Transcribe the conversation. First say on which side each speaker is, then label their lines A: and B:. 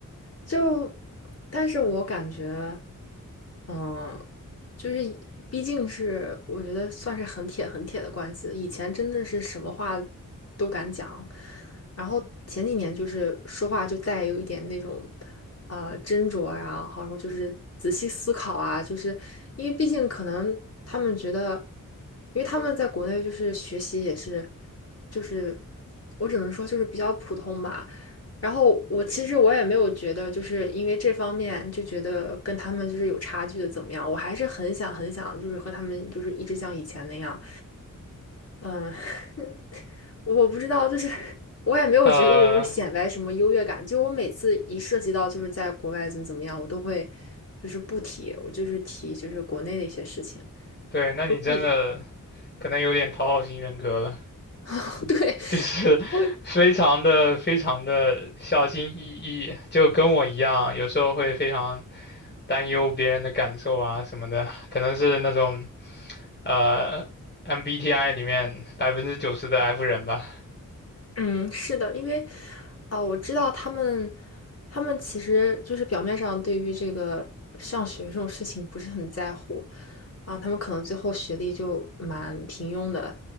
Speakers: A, on the left; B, on the left.
A: 就，但是我感觉。嗯，就是以毕竟是我觉得算是很铁很铁的关系了。以前真的是什么话都敢讲，然后前几年就是说话就带有一点那种呃斟酌啊，然后就是仔细思考啊，就是因为毕竟可能他们觉得，因为他们在国内就是学习也是，就是我只能说就是比较普通吧。然后我其实我也没有觉得，就是因为这方面就觉得跟他们就是有差距的怎么样，我还是很想很想，就是和他们就是一直像以前那样，嗯，<laughs> 我不知道，就是我也没有觉得我有显摆什么优越感，
B: 呃，
A: 就我每次一涉及到就是在国外怎么怎么样，我都会就是不提，我就是提就是国内的一些事情，
B: 对，
A: <laughs>
B: 那你真的
A: 我避开，
B: 可能有点讨好型人格了，
A: <laughs> 对，
B: <laughs> 就是非常的非常的小心翼翼，
A: 我
B: 就跟我一样，有时候会非常担忧别人的感受啊什么的，可能是那种呃 MBTI 里面百分之九十的 F 人吧。
A: 嗯，是的，因为，啊、我知道他们，他们其实就是表面上对于这个上学这种事情不是很在乎，啊、他们可能最后学历就蛮平庸的，